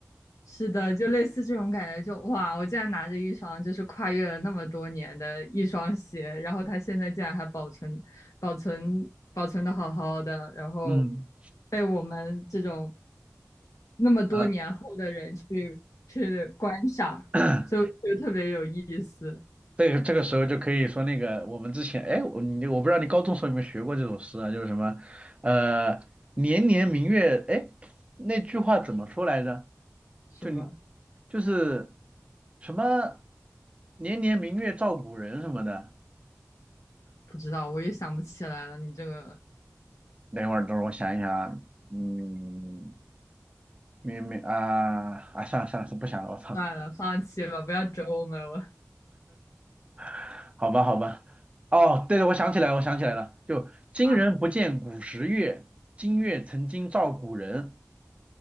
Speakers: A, on the left; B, on the right.
A: 是的，就类似这种感觉就，哇，我竟然拿着一双就是跨越了那么多年的一双鞋，然后它现在竟然还保存、保存、保存的好好的，然后
B: <laughs> 嗯，
A: 被我们这种那么多年后的人去去观赏，
B: 呃 <coughs>
A: 就就特别有意思。
B: 这个这个时候就可以说那个我们之前，哎，我你我不知道你高中时候有没有学过这首诗啊，就是什么，呃，年年明月，哎，那句话怎么说来着？
A: 什么
B: 就你就是什么年年明月照古人什么的。
A: 不知道，我也想不起来了。你这个
B: 等一会儿，等会儿我想一想啊，嗯，明明啊啊，算了算了，是不想了，我操，
A: 算了，放弃吧，不要折磨我。
B: <laughs> 好吧好吧，哦，对对，我想起来了，我想起来了，就今人不见古时月，
A: 啊！
B: 今月曾经照古人。